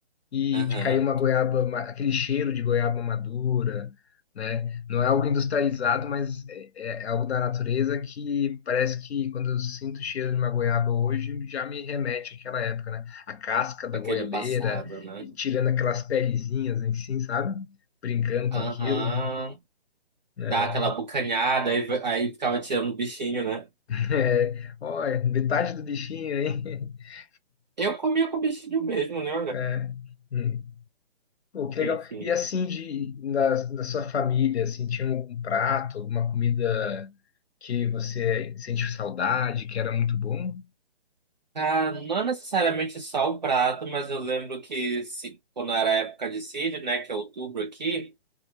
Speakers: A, on the left; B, on the right.
A: e
B: Aham.
A: de cair uma goiaba, ma- aquele cheiro de goiaba madura, né? Não é algo industrializado, mas é, é é algo da natureza que parece que quando eu sinto o cheiro de uma goiaba hoje, já me remete àquela época, né? A casca da
B: Aquele
A: goiabeira,
B: passado, né?
A: e tirando aquelas pelezinhas, assim, sabe? Brincando com
B: Aham.
A: aquilo. né?
B: Dá aquela bucanhada, aí, aí ficava tirando o bichinho, né?
A: <laughs> É, olha, metade do bichinho aí. <laughs>
B: Eu comia com o bichinho mesmo, né?
A: É. Hum. Pô, que legal.
B: Enfim.
A: E assim, de, da, da sua família, assim, tinha algum prato, alguma comida que você sente saudade, que era muito bom?
B: Ah, não é necessariamente só o prato, mas eu lembro que se, quando era época de sírio, né, que é outubro aqui,